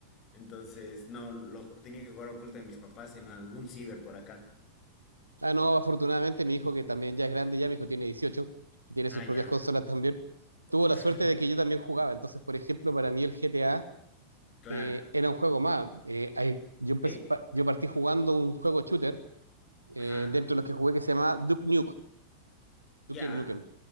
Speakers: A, on the left; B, on the right.
A: Entonces, no, lo tenía que jugar oculta de mis papás en algún ciber por acá.
B: Ah, no, afortunadamente mi hijo, que también ya es grande, ya mi hijo tiene 18, tiene
A: Ah,
B: sus
A: ya.
B: propias consolas también, tuvo
A: <laughs>
B: la suerte de que yo también jugaba. Entonces, por ejemplo, para mí el GTA
A: Claro.
B: eh, era un juego más. Eh, ahí- yo, empecé
A: Sí.
B: pa- yo partí jugando un juego shooter eh,
A: Ajá.
B: dentro de los que jugué que se llamaba Duke Nuke,
A: Ya.
B: Duke Nukem,